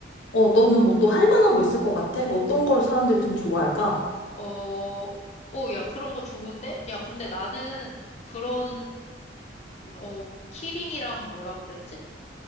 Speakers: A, on the left; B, on the left.
A: 어, 너는 뭐 또 할 만한 거 있을 것 같아? 어떤 걸 사람들이 좀 좋아할까?
B: 어, 어, 야, 그런 거 좋은데? 야, 근데 나는 그런, 그, 어, 키링이랑 뭐라 그랬지?